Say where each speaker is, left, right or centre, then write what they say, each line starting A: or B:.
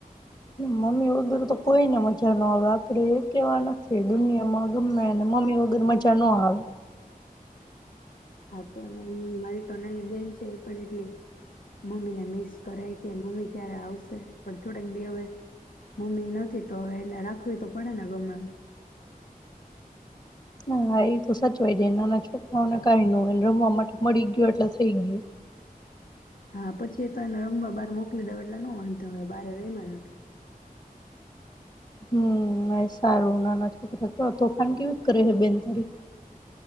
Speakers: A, on the left; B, on the left.
A: મમ્મી વગર તો કોઈને મજા ન આવે, આપડી એક એવા નથી, દુનિયામાં ગમે એને મમ્મી વગર મજા ન આવે.
B: હા તો નન મારી તો નાની બેન છે, એ પણ એટલી મમ્મીને મિસ કરાય કે મમ્મી ક્યારે આવશે, પણ થોડાક દી હવે મમ્મી નથી તો હવે એને રાખવી તો પડે ને ગમે એમ.
A: હા ઈ તો સચવાય જાય. નાના છોકરાઓને કાઈ નો હોય, એને રમવા માટે મળી ગયું એટલે થઈ ગયું.
B: હા પછી ઈ તો એને રમવા બાર મોકલી દઉ એટલે નો વાંધો આવે બહારે રયમાં રાખે.
A: હમ્મ, એ સારું. નાના છોકરા કેવા તોફાન કેવીક કરે હે બેન તારી?